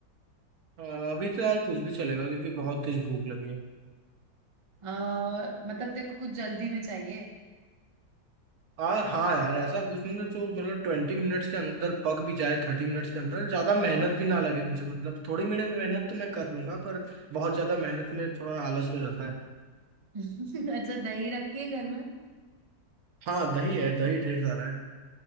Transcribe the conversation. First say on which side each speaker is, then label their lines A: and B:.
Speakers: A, on the right (about 55°); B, on the right (about 40°).
A: आ, अभी तो यार कुछ भी चलेगा क्योंकि बहुत तेज भूख लगी है
B: आ, मतलब तेरे को कुछ जल्दी में चाहिए
A: आ, हाँ यार ऐसा कुछ मतलब जो मतलब ट्वेंटी मिनट्स के अंदर पक भी जाए थर्टी मिनट्स के अंदर ज़्यादा मेहनत भी ना लगे मुझे मतलब थोड़ी मिनट मेहनत तो मैं कर लूंगा पर बहुत ज़्यादा मेहनत में थोड़ा आलस भी रहता है
B: <laughs> अच्छा दही रखी है घर में
A: हाँ दही है दही ढेर सारा है